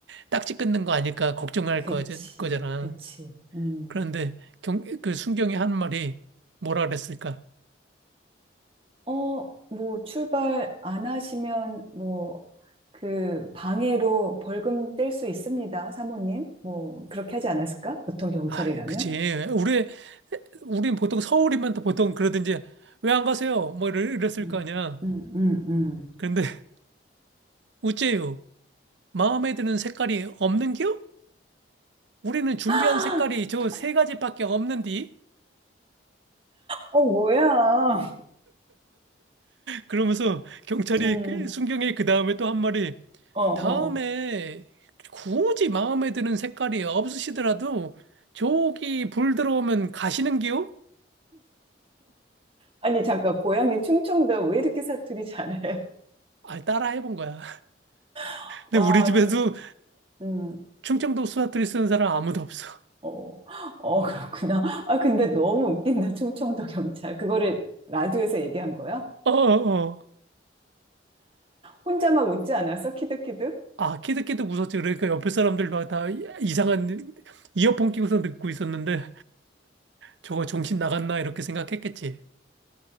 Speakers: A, on the right; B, on the right.
A: 딱지 끊는 거 아닐까 걱정할
B: 그치,
A: 거, 거잖아.
B: 그치. 음.
A: 그런데 경, 그 순경이 한 말이 뭐라 그랬을까?
B: 어, 뭐, 출발 안 하시면, 뭐, 그, 방해로 벌금 뗄 수 있습니다, 사모님. 뭐, 그렇게 하지 않았을까? 보통 경찰이라면?
A: 아, 그치. 우리, 우린 보통 서울이면 또 보통 그러든지 왜 안 가세요? 뭐 이래- 이랬을
B: 음,
A: 거 아니야.
B: 음, 음, 음.
A: 그런데 우째요. 마음에 드는 색깔이 없는겨? 우리는 준비한
B: <gasps>
A: 색깔이 저 세 가지밖에 없는디?
B: 어, 뭐야.
A: 그러면서 경찰이
B: 음,
A: 그 순경이 그 다음에 또 한 말이
B: 어, 어.
A: 다음에 굳이 마음에 드는 색깔이 없으시더라도 저기 불 들어오면 가시는겨?
B: 아니, 잠깐, 고향이 충청도 왜 이렇게 사투리 잘해?
A: 아, 따라 해본 거야.
B: <laughs> 와,
A: 근데 우리 집에도
B: 진짜, 음,
A: 충청도 수사투리 쓰는 사람 아무도 없어.
B: 어, 어, 그렇구나. 아, 근데 너무 웃긴다, 충청도 경찰. 그거를 라디오에서 얘기한 거야?
A: 어, 어, 어.
B: 혼자 막 웃지 않았어? 키득키득?
A: 아, 키득키득 웃었지. 그러니까 옆에 사람들도 다 이상한 이어폰 끼고서 듣고 있었는데 저거 정신 나갔나 이렇게 생각했겠지.